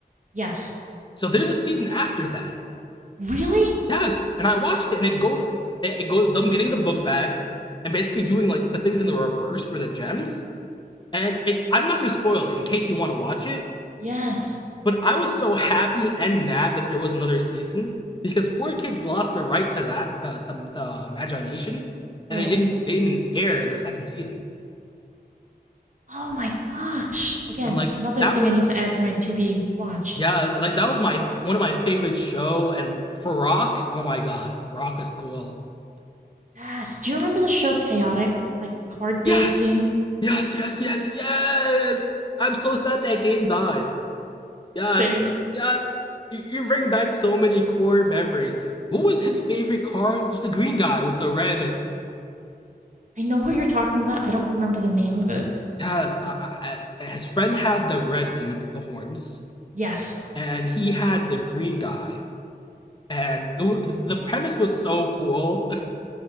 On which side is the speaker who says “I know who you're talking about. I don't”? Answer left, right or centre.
Right